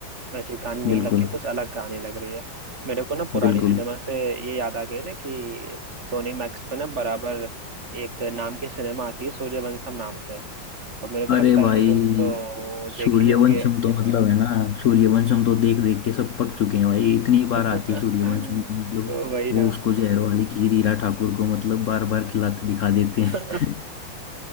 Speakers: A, on the right; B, on the left.
A: वैसी कहानी नहीं
B: बिल्कुल
A: लग के कुछ अलग कहानी लग रही है मेरे को ना पुरानी
B: बिल्कुल
A: सिनेमा से ये याद आ गई ना कि सोनी मैक्स पे ना बराबर एक नाम की सिनेमा आती है सूर्यवंशम नाम से तो मेरे को
B: अरे
A: लगता है
B: भाई
A: कि तुम तो
B: सूर्यवंशम
A: देखे ही होगे
B: तो मतलब है ना सूर्यवंशम तो देख देख के सब पक चुके हैं भाई इतनी बार
A: <laughs>
B: आती है सूर्यवंशम
A: तो
B: तो मतलब
A: वही
B: वो
A: ना
B: उसको जहर वाली खीर हीरा ठाकुर को मतलब बार बार खिलाते दिखा देते
A: <laughs>
B: हैं
A: तो
B: <laughs>